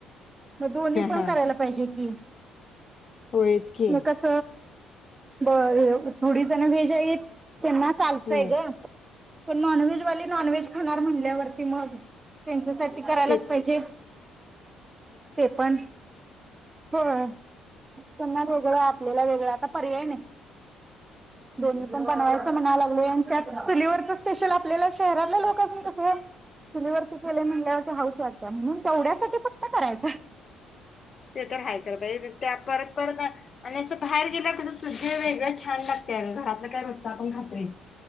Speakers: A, on the right; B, on the left.
A: मग दोन्ही पण
B: हा हा
A: करायला पाहिजे कि
B: होयच की
A: कस बर थोडी जण वेज आहेत त्यांना चालतंय
B: हं
A: ग पण नॉनव्हेजवाली नॉन व्ज खाणार म्हणल्यावर त्यां करायलाच
B: ते
A: पाहिजे ते पण हो त्यांना वेगळं आपल्याला वेगळं आता पर्याय नाही दो पण बनवायचं म्हणाय लाग त्यात चुलीवरच स्पेशल आपल्याला शहरातले लोक असतील तस चुलीवरती केले म्हणल्या हाऊस वाईफ त्या म्हणून तेवढ्यासाठी फक्त करायचं
B: ते तर हाय कर पाहिजे त्या परत परत आणि असं बाहेर गेला क सु वेगळं छान लागते घरातलं काय रोजच आपण घातोय